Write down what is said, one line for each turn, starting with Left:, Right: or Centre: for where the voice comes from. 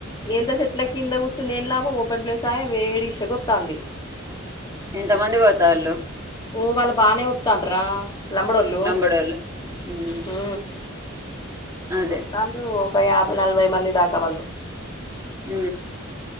Left: ఎంత చెట్ల కింద కూర్చున్న ఏం లాభం ఓపెన్ ప్లేస్ ఆయే వేడి శెగ ఒత్తాంది
Right: ఎంత మంది వోతాళ్ళు
Left: ఓ వాళ్ళు బానే ఒత్తాండ్రా లంబడోళ్ల్ళు
Right: లంబడోళ్ళు ఉమ్
Left: హూ
Right: అదే
Left: ఒత్తాండ్రు ఒక యాభై నలభై మంది దాకా వాళ్ళు
Right: ఊ